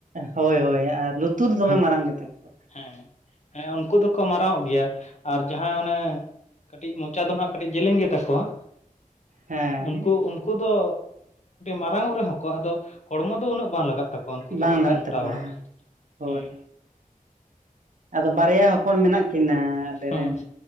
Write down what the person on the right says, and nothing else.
ᱦᱳᱭ ᱦᱳᱭ ᱟᱨ ᱞᱩᱛᱩᱨ ᱫᱚᱢᱮ
ᱢᱟᱨᱟᱝ ᱜᱮᱛᱟ ᱠᱚᱣᱟ
ᱦᱮᱸ
ᱵᱟᱝ
ᱞᱟᱜᱟᱜ
ᱛᱟᱠᱚᱣᱟ
ᱦᱮᱸ ᱦᱳᱭ
ᱟᱫᱚ ᱵᱟᱨᱭᱟ ᱦᱚᱯᱚᱱ ᱢᱮᱱᱟᱜ ᱠᱤᱱᱟ ᱟᱞᱮᱨᱮ
ᱨᱮᱱ